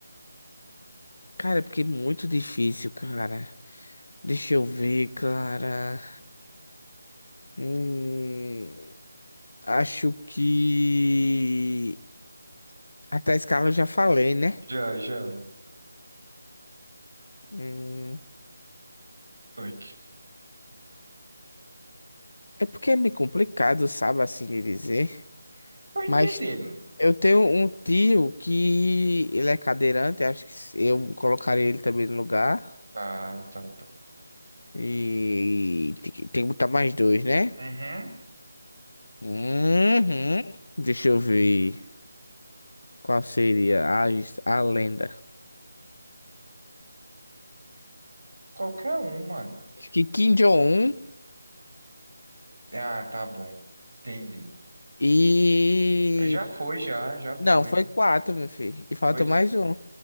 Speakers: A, on the left (about 65°); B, on the right (about 75°).
A: cara, é porque é muito difícil, cara. Deixa eu ver, cara. Hum, acho que. Até a escala eu já falei, né?
B: Já, já.
A: Hum,
B: Toink.
A: É porque é meio complicado, sabe, assim de dizer.
B: Tô entendendo.
A: Mas eu tenho um tio que ele é cadeirante, acho que se- eu colocaria ele também no lugar.
B: Tá, tá, tá.
A: E tem que tem que botar mais dois, né?
B: Uhum.
A: Uhum. Deixa eu ver qual seria a, his- a lenda.
B: Qualquer um, mano.
A: Acho que Kim Jong-un
B: Ah, tá bom. Entendi.
A: e.
B: Já foi, já, já foi.
A: Não, foi quatro, meu filho. E falta
B: Pois
A: mais um.